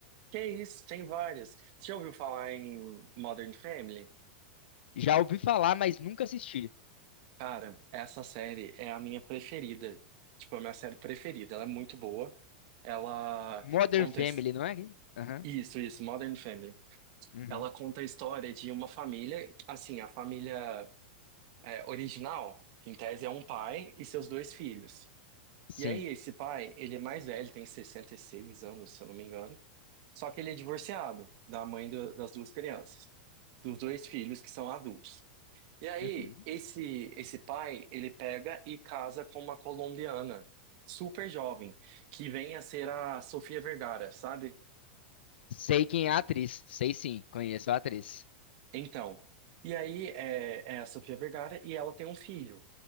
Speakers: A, on the right (about 40°); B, on the left (about 80°).
A: Que isso, tem várias. Você já ouviu falar em Modern Family?
B: Já ouvi falar, mas nunca assisti.
A: Cara, essa série é a minha preferida. Tipo, é a minha série preferida. Ela é muito boa. Ela
B: Modern
A: conta.
B: Family,
A: his-
B: não é? Aham.
A: Isso, isso, Modern Family.
B: Uhum.
A: Ela conta a história de uma família. Assim, a família é, original, em tese, é um pai e seus dois filhos.
B: Sim.
A: E aí, esse pai, ele é mais velho, tem 66 anos, se eu não me engano. Só que ele é divorciado da mãe do- das duas crianças, dos dois filhos que são adultos. E aí,
B: Uhum.
A: esse esse pai, ele pega e casa com uma colombiana, super jovem, que vem a ser a Sofia Vergara, sabe?
B: Sei quem é a atriz. Sei sim, conheço a atriz.
A: Então, e aí é, é a Sofia Vergara e ela tem um filho.